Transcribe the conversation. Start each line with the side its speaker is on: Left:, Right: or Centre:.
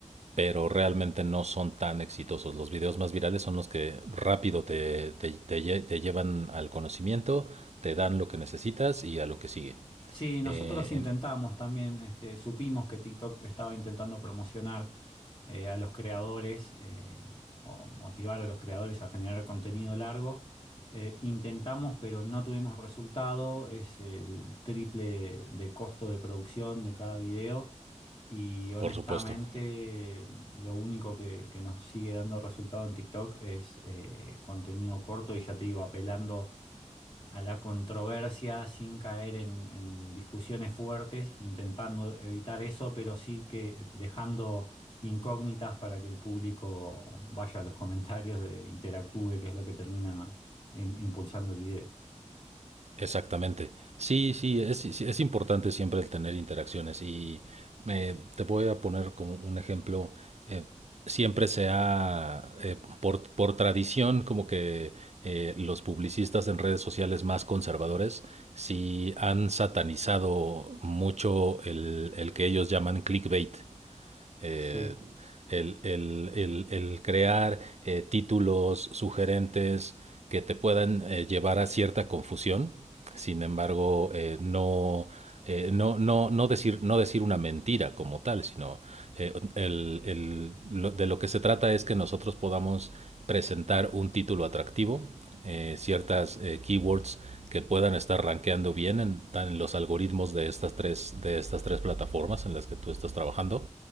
Right: pero realmente no son tan exitosos. Los videos más virales son los que rápido te, te- te lle- te llevan al conocimiento, te dan lo que necesitas y a lo que sigue.
Left: Sí, nosotros
Right: Eh,
Left: intentamos
Right: en-
Left: también, este, supimos que TikTok estaba intentando promocionar eh, a los creadores eh, o motivar a los creadores a generar contenido largo. Eh, intentamos, pero no tuvimos resultado. Es el triple de costo de producción de cada video. Y honestamente,
Right: por supuesto.
Left: lo único que, que nos sigue dando resultado en TikTok es eh, contenido corto y ya te digo, apelando a la controversia sin caer en, en discusiones fuertes, intentando evitar eso, pero sí que dejando incógnitas para que el público vaya a los comentarios, eh, interactúe, que es lo que termina em- impulsando el video.
Right: Exactamente. Sí, sí, es, sí, es importante siempre el tener interacciones y eh, te voy a poner como un ejemplo. eh, siempre se ha, eh, por, por tradición, como que eh, los publicistas en redes sociales más conservadores sí han satanizado mucho el, el que ellos llaman clickbait. Eh,
Left: Sí.
Right: el, el, el, el, crear eh, títulos sugerentes que te puedan eh, llevar a cierta confusión, sin embargo, eh, no, eh, no, no, no, decir, no decir una mentira como tal, sino eh, el el, lo, de lo que se trata es que nosotros podamos presentar un título atractivo eh, ciertas eh, keywords que puedan estar rankeando bien en, en, los algoritmos de estas, tres, de estas tres plataformas en las que tú estás trabajando